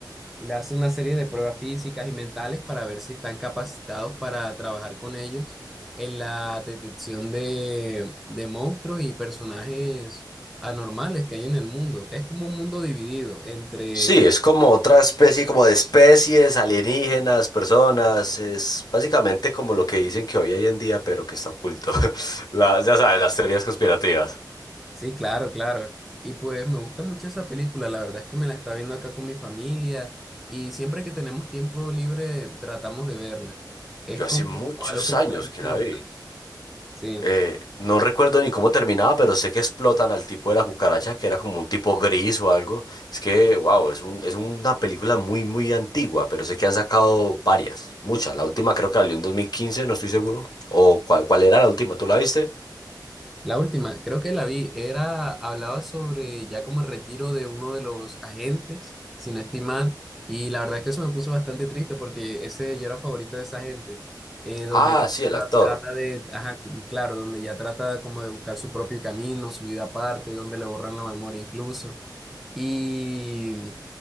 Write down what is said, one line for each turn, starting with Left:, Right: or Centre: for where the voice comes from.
Centre: Y le hace una serie de pruebas físicas y mentales para ver si están capacitados para trabajar con ellos en la detección de, de monstruos y personajes anormales que hay en el mundo. Es como un mundo dividido entre...
Left: Sí, es como otra especie, como de especies, alienígenas, personas. Es básicamente como lo que dicen que hoy hay en día, pero que está oculto. <laughs> La- ya sabes, las teorías conspirativas.
Centre: Sí, claro, claro. Y pues me gusta mucho esa película, la verdad es que me la está viendo acá con mi familia y siempre que tenemos tiempo libre tratamos de verla. Es
Left: Yo
Centre: como
Left: hace muchos
Centre: algo que nos
Left: años
Centre: trae mucha
Left: que la
Centre: nostalgia.
Left: vi.
Centre: Sí.
Left: Eh, no recuerdo ni cómo terminaba, pero sé que explotan al tipo de la cucaracha, que era como un tipo gris o algo. Es que, wow, es un, es una película muy, muy antigua, pero sé que han sacado varias, muchas. La última creo que salió en dos mil quince no estoy seguro. ¿O cuál, cuál era la última? ¿Tú la viste?
Centre: La última, creo que la vi, era, hablaba sobre ya como el retiro de uno de los agentes, si no estoy mal, y la verdad es que eso me puso bastante triste porque ese yo era favorito de esa gente, eh, donde
Left: Ah, sí, el
Centre: ya
Left: actor.
Centre: trata de, ajá, claro, donde ya trata como de buscar su propio camino, su vida aparte, donde le borran la memoria incluso. Y,